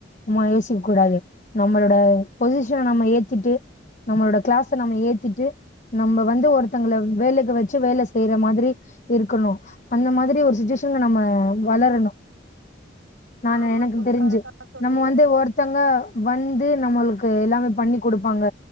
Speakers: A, on the left; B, on the right.
A: சும்மா யோசிக்கூடாது நம்மளோட பொசிஷன நம்ம ஏத்துட்டு நம்மளோட கிளாஸ்ச நம்ம ஏத்திட்டு நம்ம வந்து ஒருத்தங்கள வேலைக்கு வச்சு வேலை செய்ற மாதிரி இருக்கணு அந்த மாதிரி ஒரு சுச்சு ன்ன நம்ம வளரணும் நானு
B: ஆமா
A: எனக்கு
B: தோழி
A: தெரிஞ்சு
B: கரெக்டா சொன்னீங்க
A: நம்ம வந்து ஒருத்தங்க வந்து நம்மளுக்கு எல்லாமே பண்ணி குடுப்பாங்க